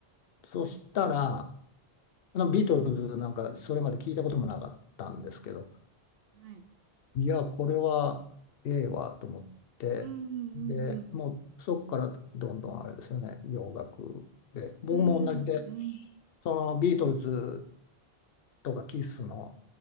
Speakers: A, on the left; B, on the right.
A: そしたら、
B: はい。
A: あのビートルズなんかそれまで聞いたこともなかったんですけど、
B: はい。
A: いや、これはええわと思って、
B: うんうんうん。
A: で、もうそこからどんどんあれですよね、洋楽で。僕も同じで、
B: うんうん。
A: そのビートルズとかキスの、